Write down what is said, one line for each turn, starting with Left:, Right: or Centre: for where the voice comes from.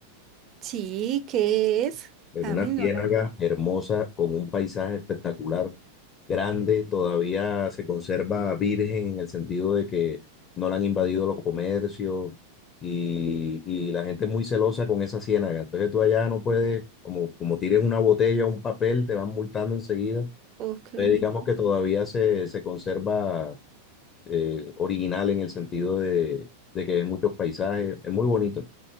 Right: Sí, ¿qué es?
Left: Es
Right: Cami,
Left: una ciénaga
Right: no la vi.
Left: hermosa con un paisaje espectacular, grande, todavía se conserva virgen en el sentido de que no la han invadido los comercios y, y la gente es muy celosa con esa ciénaga. Entonces tú allá no puedes, como, como tires una botella o un papel, te van multando enseguida.
Right: Oh, qué
Left: Entonces
Right: bonito.
Left: digamos que todavía se, se conserva eh, original en el sentido de, de que ves muchos paisajes, es muy bonito.